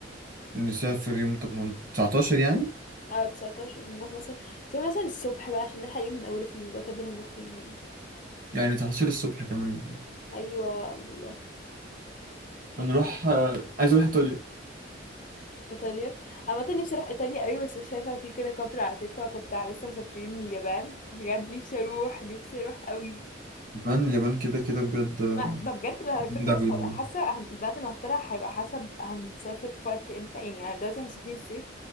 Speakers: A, on the right; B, on the left.
A: نسافر يوم 8 19 يعني
B: اه 19 نروح مثلا تبقى مثلا الصبح بقى عشان نلحق يوم من اوله في الوقت اللي هنروح فين يعني
A: يعني 19 الصبح كمان
B: ايوه الله
A: هنروح آه، عايز اروح ايطاليا
B: ايطاليا عامة نفسي اروح ايطاليا قوي بس شايفه في كده كابل على تيك توك وبتاع لسه مسافرين اليابان بجد نفسي اروح نفسي اروح قوي
A: اليابان اليابان كده كده بجد آه،
B: ما ما بجد بقى الفكرة
A: جامدة
B: بس
A: أوي يعني.
B: هبقى حاسة هن... البلد اللي هختارها هيبقى حسب هنسافر في وقت امتى يعني انا دلوقتي احنا مسافرين الصيف